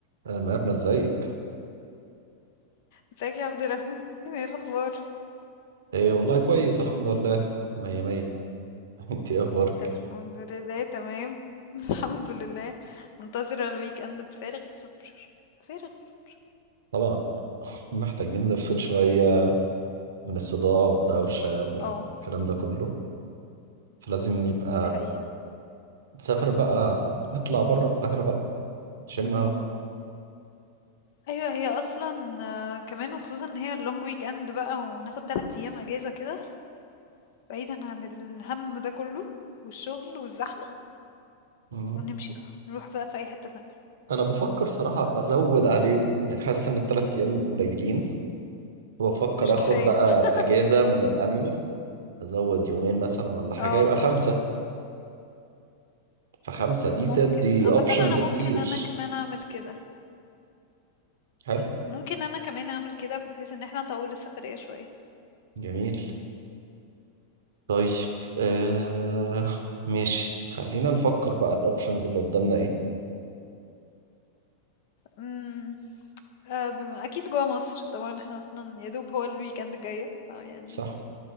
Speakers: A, on the right; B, on the left.
A: آه، ميرنا ازيك
B: ازيك يا عبد الرحمن ايه الاخبار
A: ايه والله كويس الحمد لله مية مية <laughs> انت ايه اخبارك
B: الحمد لله تمام <laughs> الحمد لله منتظره الويك اند بفارغ الصبر فارغ الصبر
A: طبعا محتاجين نفصل شوية من الصداع والدوشة والكلام
B: اه
A: ده كله فلازم يبقى
B: دي حقيقه
A: نسافر بقى نطلع بره القاهرة بقى نشم هوا
B: ايوه هي اصلا آه، كمان وخصوصا ان هي اللونج ويك اند بقى وناخد 3 ايام اجازه كده بعيدا عن الهم ده كله والشغل والزحمه
A: مم.
B: ونمشي بقى نروح بقى في اي حته تانية
A: انا بفكر صراحة ازود عليهم يعني حاسس ان التلات ايام قليلين وبفكر
B: مش
A: اخد
B: كفايه
A: بقى
B: <laughs>
A: اجازة من الانيول ازود يومين مثلا ولا حاجة
B: اه
A: يبقى خمسة فخمسة دي
B: ممكن
A: تدي
B: عامه
A: اوبشنز
B: انا
A: كتير
B: ممكن انا كمان اعمل كده
A: حلو
B: ممكن انا كمان اعمل كده بحيث ان احنا نطول السفريه شويه
A: جميل طيب آه ماشي خلينا نفكر بقى الاوبشنز اللي قدامنا ايه
B: طيب آه، بما- اكيد جوا مصر طبعا احنا اصلا يا دوب هو الويكند جاية فيعني
A: صح